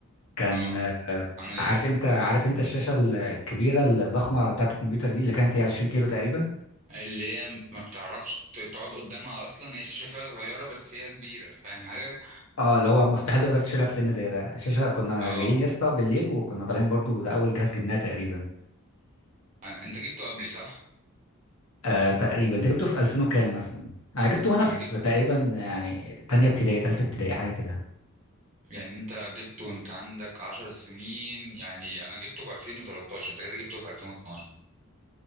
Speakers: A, on the left; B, on the right.
A: كان
B: اه
A: آه،
B: عامل
A: عارف
B: ايه
A: انت عارف انت الشاشة الكبيرة الضخمة بتاعة الكمبيوتر دي اللي كانت هي 20 كيلو تقريبا
B: اللي هي ما بتعرفش ت- تقعد قدامها اصلا هي شاشه فيها صغيره بس هي كبيره فاهم حاجه
A: اه اللي هو مستحيل تقدر تشيلها في سن زي ده الشاشه كنا
B: اه
A: جايين يا اسطى بالليل وكنا طالعين برضو ده اول جهاز جبناه تقريبا
B: انت جبته قبلي صح
A: آه تقريبا انت جبته في 2000 وكام مثلا انا جبته وانا
B: انا
A: في
B: جبت
A: تقريبا يعني تانية ابتدائي تالتة ابتدائي حاجه كده
B: يعني انت جبته وانت عندك عشر سنين يعني انا جبته في 2013 انت كده جبته في 2012